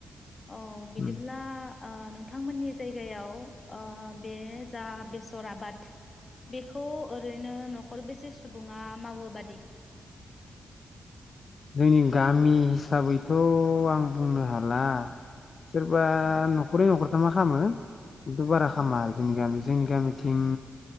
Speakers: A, on the left; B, on the left.
A: अ बिदिब्ला
B: उम
A: ओ नोंथांमोननि जायगायाव बे जा बेसर आबाद बेखौ ओैरैनो न'खर बेसे सुबुङा मावो बादि?
B: जोंनि गामि हिसाबैथ' आं बुंनो हाला सोरबा न'खरै न'खर' थामा खालामो खिन्थु बारा
A: औ
B: खामा आरो जोंनि गामि जोंनि गामि थिं